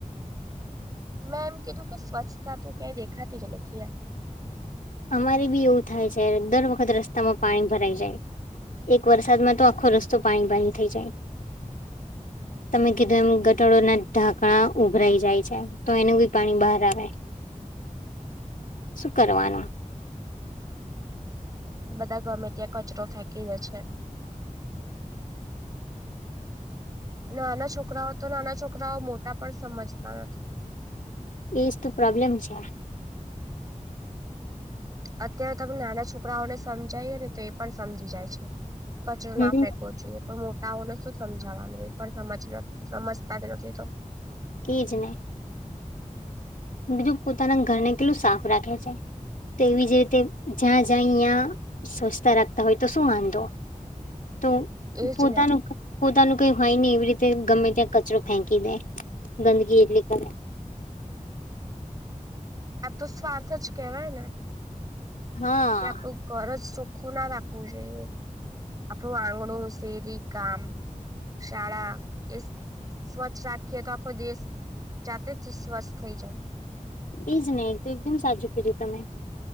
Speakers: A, on the right; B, on the left.
A: મેં એમ કીધું કે સ્વચ્છતા તો ક્યાંય દેખાતી જ નથી એમ
B: અમારે બી એવું થાય છે દર વખત રસ્તામાં પાણી ભરાઈ જાય એક વરસાદમાં તો આખો રસ્તો પાણી પાણી થઈ જાય
A: <inaudible>
B: તમે કીધું એમ ગટાડોના ઢાંકણા ઉભરાઈ જાય છે તો એનું બી પાણી બહાર આવે
A: <inaudible>
B: શું કરવાનું
A: બધા ગમે ત્યાં કચરો ફેંકી જ છે નાના છોકરાઓ તો નાના છોકરાઓ મોટા પણ સમજતા નથી
B: એજ તો પ્રોબ્લેમ છે.
A: અત્યારે તમે નાના છોકરાઓને સમજાયએ ને તો એ પણ સમજી જાય છે. કચરો
B: હમ
A: ના ફેંકવો જોઈએ તો મો ટા ઓને શું સમજાવાનું એ પણ સમજ સમજતા જ નથી તો
B: એ જ ને બીધું પોતાના ઘરને કેટલું સાફ રાખે છે. તેવી જ રીતે જ્યાં જ્યાંં સ્વચછતા રાખતા હોય તો શું વાંધો તો
A: એજ
B: પોતાનું
A: ને
B: પોતાનું કઈ હોય નહી એવી રીતે ગમે ત્યાં કચરો ફેંકી દે ગંદકી એટલી કરે
A: આ તો સ્વાર્થ જ કેહેવાય ને
B: હા
A: કે આપણું ઘર જ ચોખ્ખું ના રાખવું જોઈએ આપણું આંગણું સેરી ગામ સળા એ સ્વચ્છ રાખે તખો દેશ જાતે જ સ્વસ્થ થઈ જાય
B: એજ નહીિ તો એકદમ સાજું કર્યું તમે